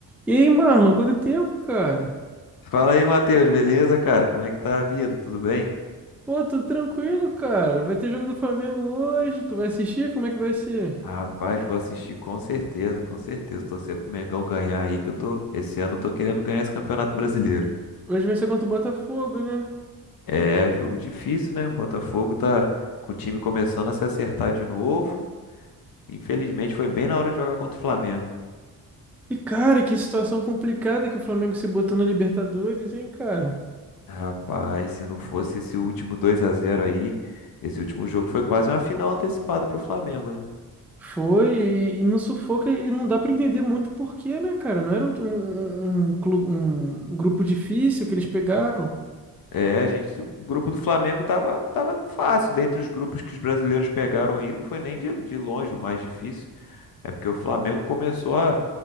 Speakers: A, in the centre; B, on the left.
A: E aí, Marlon, quanto tempo, cara?
B: Fala aí, Matheus, beleza, cara? Como é que tá a vida? Tudo bem?
A: Pô, tudo tranquilo, cara. Vai ter jogo do Flamengo hoje. Tu vai assistir? Como é que vai ser?
B: Rapaz, vou assistir com certeza, com certeza. Torcer pro Mengão ganhar aí, que eu tô. Esse ano eu tô querendo ganhar esse Campeonato Brasileiro.
A: Hoje vai ser contra o Botafogo, né?
B: É, jogo difícil, né? O Botafogo tá com o time começando a se acertar de novo. Infelizmente, foi bem na hora de jogar contra o Flamengo.
A: E, cara, que situação complicada que o Flamengo se botou na Libertadores, hein, cara?
B: Rapaz, se não fosse esse último 2 a zero aí, esse último jogo foi quase uma final antecipada pro Flamengo, né?
A: Foi e, e não sufoca e não dá pra entender muito porquê, né, cara? Não era um, um, um, clube- um grupo difícil que eles pegaram.
B: É, a gente, o grupo do Flamengo tava, tava fácil. Dentre os grupos que os brasileiros pegaram aí, não foi nem de, de longe o mais difícil. É porque o Flamengo começou a.